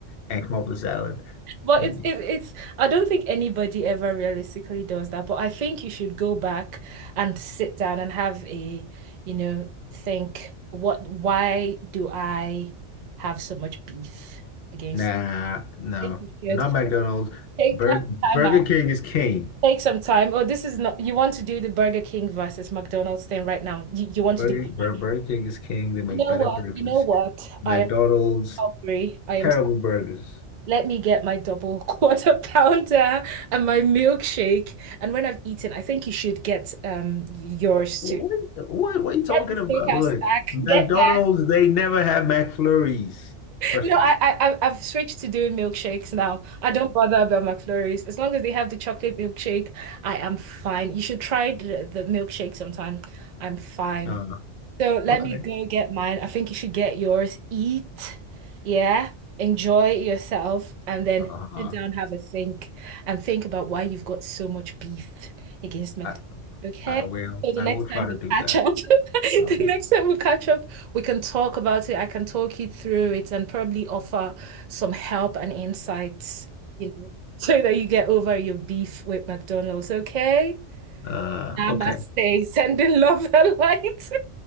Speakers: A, on the left (about 60°); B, on the right (about 50°).
A: and come up with a salad
B: But
A: menu?
B: it's it's it's I don't think anybody ever realistically does that. But I think you should go back and sit down and have a, you know, think what why do I have so much beef against?
A: Nah, no,
B: I think you should
A: not McDonald's.
B: take
A: Burger,
B: some
A: Burger
B: time out.
A: King is king.
B: Take some time. Oh, this is not you want to do the Burger King versus McDonald's thing right now. You, you want
A: Burger,
B: to do that
A: Bur-
B: right
A: Burger
B: now.
A: King is king. They make
B: You know
A: better
B: what?
A: burgers.
B: You know what?
A: McDonald's,
B: I am hungry. I am
A: terrible burgers.
B: Let me get my double <laughs> quarter pounder and my milkshake. And when I've eaten, I think you should get um yours
A: What,
B: too.
A: what, what what are you talking
B: Get the steakhouse
A: about? Look,
B: stack.
A: McDonald's,
B: Get that.
A: they never have McFlurries. First
B: No, I,
A: of all,
B: I I- I've switched to doing milkshakes now. I don't bother about McFlurries. As long as they have the chocolate milkshake, I am fine. You should try the, the milkshake sometime. I'm fine.
A: no,
B: So let
A: okay.
B: me go get mine. I think you should get yours. Eat, yeah, enjoy yourself, and then
A: Uh-huh.
B: sit down, have a think, and think about why you've got so much beef against McDonald's.
A: I
B: Okay?
A: I will.
B: So the
A: I
B: next
A: will try
B: time
A: to
B: we
A: do
B: catch
A: that.
B: up, <laughs> the
A: Uh-huh.
B: next time we catch up, we can talk about it. I can talk you through it and probably offer some help and insights, you know, <laughs> so that you get over your beef with McDonald's. Okay?
A: Uh,
B: Namaste.
A: okay.
B: <laughs> Sending love and light.